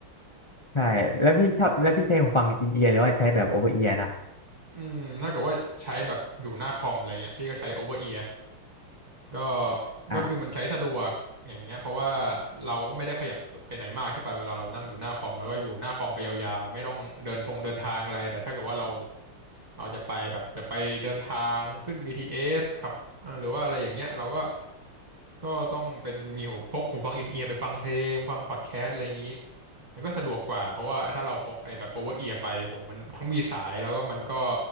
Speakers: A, on the left (about 30°); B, on the right (about 20°).
A: ใช่แล้วพี่ชอบแล้วพี่ใช้หูฟังอินเอียร์หรือว่าใช้แบบโอเวอร์เอียร์นะ
B: อืมถ้าเกิดว่าใช้แบบอยู่หน้าคอมอะไรเงี้ยพี่ก็ใช้โอเวอร์เอีย ก็
A: อ่า
B: ก็คือมันใช้สะดวก อย่างเงี้ยเพราะว่าเราก็ไม่ได้ขยับไปไหนมากใช่ป่ะเวลาเรานั่งอยู่หน้าคอมแล้วก็อยู่หน้าคอมไปยาวๆ ไม่ต้องเดินทงเดินทางอะไรแต่ถ้าเกิดว่าเราเราจะไปแบบจะไปเดินทางขึ้น BTS ขับเอ่อหรือว่าอะไรอย่างเงี้ยเราก็ ก็ต้องเป็นมีหูพกหูฟังอินเอียร์ไปฟังเพลงฟังพอดแคสต์อะไรอย่างงี้ มันก็สะดวกกว่าเพราะว่าถ้าเราพกไอ้แบบโอเวอร์เอียร์ไปโหมันทั้งมีสายแล้วก็มันก็